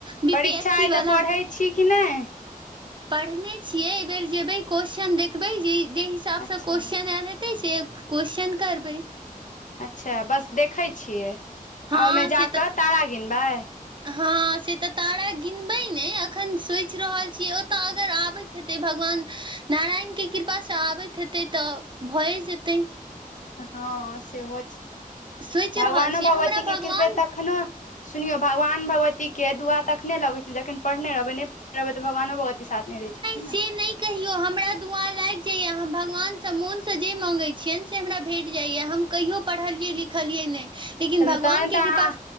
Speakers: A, on the right (about 35°); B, on the left (about 60°).
A: बी
B: परीक्षा
A: पी एस सी
B: अइ तऽ
A: वाला
B: पढ़ै छी कि नहै
A: पढ़ने छियै ऎबेर जेबै क्वेेश्चन देखबै जे जेहि हिसाबसँ
B: अच्छा
A: क्वेेश्चन आयल हेते हते छै क्वेश्चन करबै
B: अच्छा बस देखै छियै आ
A: हँ
B: ओहिमे जाकऽ
A: से तऽ
B: तारा गिनबै
A: हँ से तऽ तारा गिनबै ने अखन सोचि रहल छीय ओतऽ अगर आबैत हे भगवान नारायणके कृपासँ आबैत हेतै तऽ भए जेतै
B: हँ सेहो छै
A: सोचि
B: भगवानो
A: रहल छियै
B: भगवतीक
A: हमरा
B: के
A: भगवान
B: कृपा तखनो सुनियो भगवान भगवती के दुआ तखने लगे जखन पढ़ने रहबे नहि रहबे तऽ भगवानो भगवती साथ नहि दै छी
A: से
B: नऽ
A: नहि कहियौ हमरा दुआ लागि जाइया हम भगवानसँ मोनसँ जे माँगै छियनि से हमरा भेट जाइएा हम कहियो पढ़लियै लिखलियै नहि लेकिन
B: चलू
A: भगवान
B: तहन
A: के
B: तऽ
A: कृपा
B: अहाँ